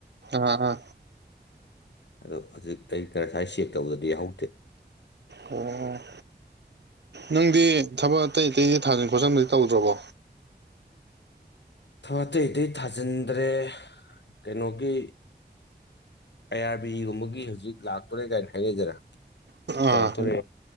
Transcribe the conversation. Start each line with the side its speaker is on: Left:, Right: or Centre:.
Right: ꯑꯥ ꯑꯥ
Left: ꯑꯗꯣ ꯍꯧꯖꯤꯛ ꯑꯩ ꯀꯔ ꯁ꯭ꯋꯥꯏ ꯆꯦꯛ ꯇꯧꯕꯗꯗꯤ ꯌꯥꯍꯧꯗꯦ
Right: ꯑꯣ ꯅꯪꯗꯤ ꯊꯕꯛ ꯑꯇꯩ ꯑꯇꯩꯗꯤ ꯊꯥꯖꯤꯟ ꯈꯣꯠꯆꯤꯟꯕꯗꯤ ꯇꯧꯗ꯭ꯔꯣꯕꯣ
Left: ꯊ ꯑꯇꯩ ꯑꯇꯩ ꯊꯥꯖꯤꯟꯗ꯭ꯔꯦ ꯀꯩꯅꯣꯒꯤ ꯑꯥꯏ ꯑꯥꯔ ꯕꯤ ꯏꯒꯨꯝꯕꯒꯤ ꯍꯧꯖꯤꯛ ꯂꯥꯛꯇꯣꯔꯦ ꯀꯥꯏꯅ ꯍꯥꯏꯅꯩꯗꯅ
Right: ꯑꯥ
Left: ꯀꯜ ꯇꯔ